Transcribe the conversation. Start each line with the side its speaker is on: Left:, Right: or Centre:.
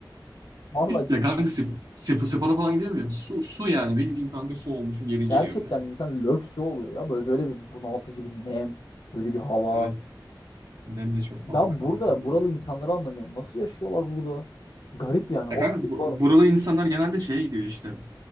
Left: Vallahi ciddi.
Right: Ya kanka sip, sip, spora falan gidiyor muyum? Su, su yani. Bildiğin kanka su olmuşum geri geliyorum
Left: Gerçekten
Right: yani.
Left: insan lökse oluyor ya. Böyle böyle bir bunaltıcı bir nem. Böyle bir hava.
Right: Evet. Nem de çok
Left: Ben
Right: fazla kanka
Left: burada
Right: orada.
Left: buralı insanları anlamıyorum. Nasıl yaşıyorlar burada? Garip yani. O
Right: Ya kanka
Left: garip
Right: bu,
Left: olan-
Right: burada insanlar genelde şeye gidiyor işte.